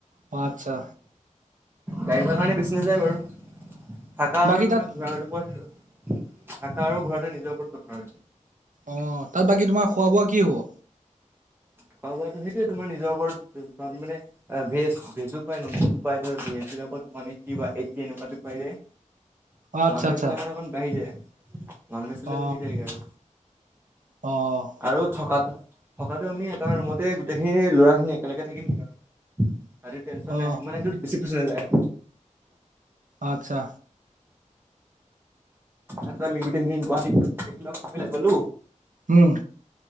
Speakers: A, on the right (about 75°); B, on the right (about 15°).
A: অ আচছা।
B: গাইব কাৰণে বিছনে যায় বাৰু। থাকা
A: বাকী
B: আৰু তোমাৰ
A: তাত
B: ঘোঁৰাটোৰ থাকা আৰু ঘোঁৰাটোোৱে নিজৰ ওপৰত পথাৰ।
A: অ তাত বাকী তোমাৰ খোৱা বোৱা কি হব।
B: খোৱা বোৱাটো সেইটোয়ে তোমাৰ নিজৰ ওপৰত মানে। ভেজ ভেজো পায় নন ভেজো পায় ভেজ বিলাকতান এইটট একুৱ পাই যায়।
A: আচ্ছা
B: নন ভেজ
A: আচ্ছা
B: হ'লে মানে অকণ বাঢ়ি যায় নন ভেজ হলে
A: অ
B: বাঢ়ি যায়গৈ আৰু।
A: অ'।
B: আৰু থকাো থকাটো আমি এটা ৰুমতে গোটেইখিনি ল'ৰা খিনি একেলগে থাকিমগে আৰু। আৰু টেনশ্যন
A: অ
B: নাই মানে বেছি পছ নাযায়।
A: আচ্ছা।
B: আচছা আমি গোটেইখিনি গুৱাহাটীতেলাই গ'লো।
A: উম